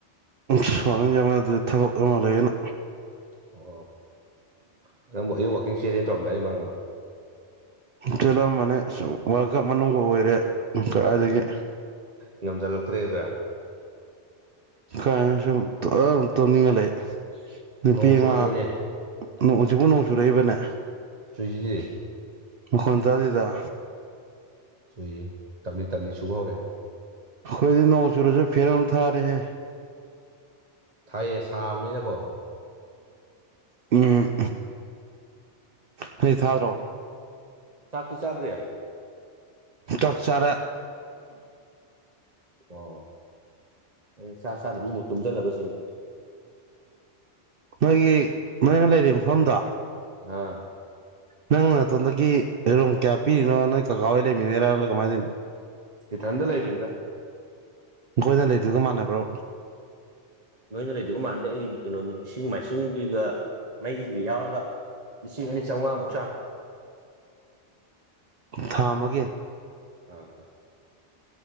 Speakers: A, on the right (about 55°); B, on the right (about 35°).
A: ꯁ꯭ꯃꯤꯖꯒꯅꯥ ꯌꯊꯣꯛ ꯂꯩꯦꯅ
B: ꯑꯣ ꯅ ꯅꯪꯕꯨ ꯑꯩ ꯋꯥꯛꯀꯤꯡ ꯆꯦꯖꯦꯟ ꯇꯧꯔꯝꯗꯥꯏꯅꯤ ꯃꯔꯝꯃ
A: ꯆꯦꯜꯂꯝꯕꯅꯦ ꯋꯥꯔꯀꯞ ꯃꯅꯨꯡꯗ ꯑꯣꯏꯔꯦ ꯀꯥꯏꯗꯒꯤ
B: ꯉꯝꯁꯤꯜꯂꯛꯇ꯭ꯔꯦ ꯑꯗꯨ꯭ꯔꯥ
A: ꯀꯩꯅ ꯇꯣꯅꯤꯉ ꯂꯩ ꯅꯨꯄꯤ
B: ꯅꯣꯡ ꯆꯨꯔꯛꯏꯅꯦ
A: ꯑꯉꯥꯡ ꯁꯤꯕꯨ ꯅꯣꯡ ꯆꯨꯔꯛꯏꯕꯅꯦ
B: ꯆꯨꯏꯁꯤꯗꯤ
A: ꯈꯣꯟ ꯇꯗꯦꯗ
B: ꯁꯏ ꯇꯕꯂꯤ ꯇꯕꯂꯤ ꯁꯨꯕꯧꯔꯦ
A: ꯑꯩꯈꯣꯏꯗꯤ ꯅꯣꯡ ꯆꯨꯔꯁꯨ ꯐꯦꯔꯅ ꯊꯥꯔꯦꯍꯦ
B: ꯊꯥꯏꯌꯦ ꯁꯥꯕꯅꯤ ꯅꯈꯣ
A: ꯎꯝ ꯐꯗꯤ ꯊꯥꯗ꯭ꯔꯣ
B: ꯁꯠ ꯆꯠꯗꯦ
A: ꯇꯥꯛꯆꯔꯦ
B: ꯑꯣ ꯑꯩ ꯁꯥ ꯆꯥꯗꯕꯤꯃꯨꯛ ꯇꯨꯝꯁꯤꯜꯂꯕꯁꯤꯅꯤ
A: ꯅꯣꯏꯒꯤ ꯅꯣꯏꯅ ꯂꯩꯔꯤꯕ ꯃꯐꯝꯗꯣ
B: ꯑꯥ
A: ꯅꯪ ꯅ ꯇꯗꯗꯒꯤꯝ ꯀꯌꯥ ꯄꯤꯅꯣ ꯅ ꯀ ꯀꯥ ꯂꯩꯃꯤꯅꯦꯔ ꯀꯃꯥꯏꯗꯅꯤ
B: ꯏꯊꯟꯗ ꯂꯩꯕꯅꯤꯗ
A: ꯑꯩꯈꯣꯏꯅ ꯂꯩꯗꯨꯒ ꯃꯥꯟꯅꯕ꯭ꯔꯣ
B: ꯅꯣꯏꯅ ꯂꯩꯗꯒ ꯃꯥꯟꯗꯦ ꯑꯩ ꯀꯩꯅꯣ ꯏꯁꯤꯡ ꯃꯥꯏꯁꯤꯡꯒ ꯃꯩꯒ ꯌꯥꯎꯔꯒ ꯂꯤꯁꯤꯡ ꯑꯅꯤ ꯆꯥꯝꯃꯉꯥ ꯃꯨꯛꯁꯥꯡ
A: ꯊꯥ ꯑꯃꯒꯤꯒꯦ
B: ꯑꯥ